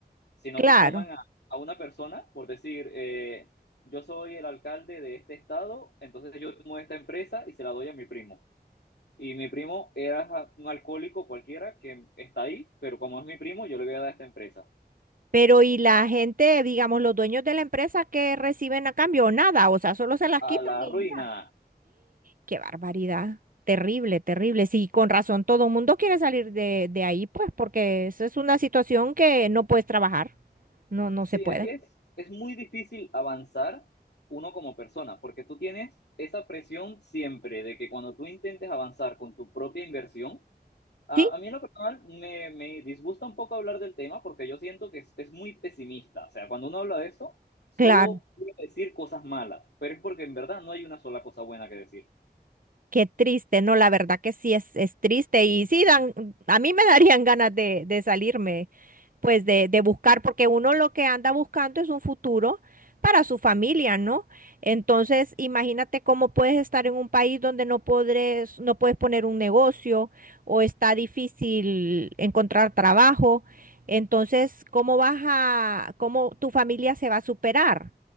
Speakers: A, on the left (about 80°); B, on the right (about 55°).
A: sino
B: claro.
A: que toman a, a una persona por decir, eh, yo soy el alcalde de este estado, entonces yo tomo esta empresa y se la doy a mi primo. Y mi primo era ja- un alcohólico cualquiera que está ahí, pero como es mi primo, yo le voy a dar esta empresa.
B: Pero y la gente, digamos, los dueños de la empresa que reciben a cambio, nada, o sea, solo se las quitan
A: A la
B: y
A: ruina.
B: ya. Qué barbaridad. Terrible, terrible. Sí, con razón todo el mundo quiere salir de, de ahí, pues, porque esa es una situación que no puedes trabajar. No, no
A: Sí,
B: se puede.
A: aquí es, es muy difícil avanzar uno como persona, porque tú tienes esa presión siempre de que cuando tú intentes avanzar con tu propia inversión, a,
B: Sí,
A: a mí en lo personal me, me disgusta un poco hablar del tema porque yo siento que es, es muy pesimista. O sea, cuando uno habla de eso, solo
B: claro.
A: puede decir cosas malas, pero es porque en verdad no hay una sola cosa buena que decir.
B: Qué triste. No, la verdad que sí es, es triste. Y sí, dan, a mí me <laughs> darían ganas de, de salirme. pues de, de buscar, porque uno lo que anda buscando es un futuro para su familia, ¿no? Entonces, imagínate cómo puedes estar en un país donde no podres, no puedes poner un negocio o está difícil encontrar trabajo. Entonces, ¿cómo vas a, cómo tu familia se va a superar?